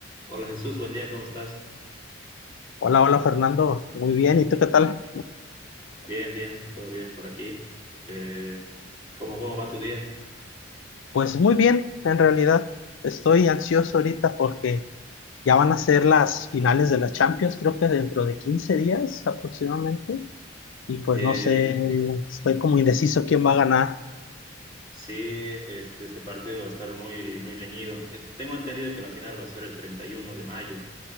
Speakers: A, on the left; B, on the left.
A: Hola Jesús, buen día, ¿cómo estás?
B: Hola, hola Fernando, muy bien, ¿y tú qué tal?
A: Bien, bien, todo bien por aquí. Eh, ¿cómo, cómo va tu día?
B: Pues muy bien, en realidad estoy ansioso ahorita porque ya van a ser las finales de la Champions, creo que dentro de 15 días aproximadamente, y pues
A: Eh,
B: no sé, estoy como indeciso quién va a ganar.
A: sí, este, este partido va a estar muy, muy reñido. Eh, tengo entendido que la final va a ser el 31 de mayo.